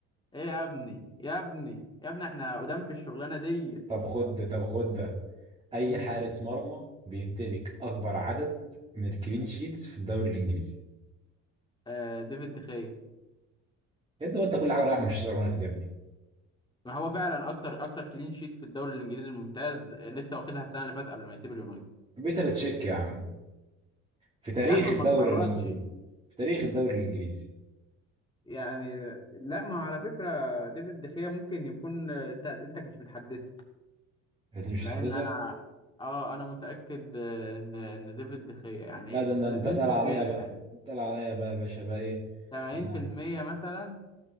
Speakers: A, on the left; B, on the right.
A: ايه يا ابني يا ابني يا ابني احنا قدام في الشغلانه دي
B: طب خد ده طب خد ده اي
A: امم
B: حارس مرمى بيمتلك اكبر عدد من الكلين شيتس في الدوري الانجليزي
A: آه ديفيد دخيا
B: يا ابني وانت كل حاجه رايح مانشستر يونايتد يا ابني
A: ما هو فعلا اكتر اكتر كلين شيت في الدوري الانجليزي الممتاز لسه واخدها السنه اللي فاتت قبل ما يسيب اليونايتد
B: بيتر تشيك يا عم في تاريخ
A: يا عم
B: الدوري
A: ما تهرجش
B: الانجليزي في تاريخ الدوري الانجليزي
A: يعني لا ما على فكره ديفيد دخيا ممكن يكون انت اسئلتك مش متحدثه
B: انت مش
A: لان
B: هتحدثها
A: انا اه انا متاكد ان ان ديفيد دخيا يعني
B: لا ده ده
A: نسبه
B: انت تقل عليا
A: كبيره
B: بقى
A: يعني
B: انت تقل عليا بقى يا باشا بقى ايه
A: 80%
B: ده انا
A: مثلا